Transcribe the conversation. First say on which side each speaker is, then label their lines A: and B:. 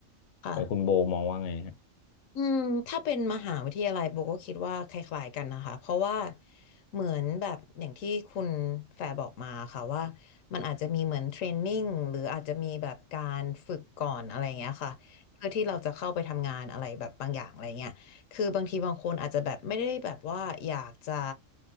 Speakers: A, on the left; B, on the left.
A: ค่ะ
B: ของคุณโบมองว่าไงฮะ
A: อืมถ้าเป็นมหาวิทยาลัยโบก็คิดว่าคล้ายๆกันนะคะเพราะว่าเหมือนแบบอย่างที่คุณแฟร์บอกมาค่ะว่ามันอาจจะมีเหมือนเทรนนิ่งหรืออาจจะมีแบบการฝึกก่อนอะไรอย่างเงี้ยค่ะเพื่อที่เราจะเข้าไปทำงานอะไรแบบบางอย่างอะไรเงี้ยคือบางทีบางคนอาจจะแบบไม่ได้แบบว่าอยากจะ